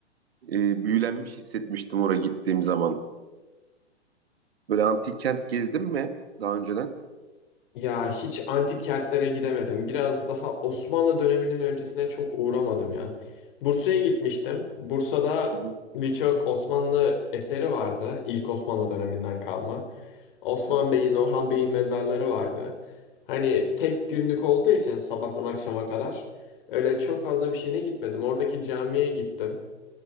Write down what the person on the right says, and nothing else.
e, büyülenmiş hissetmiştim oraya gittiğim zaman. Böyle antik kent gezdin mi daha önceden?
Hı hı.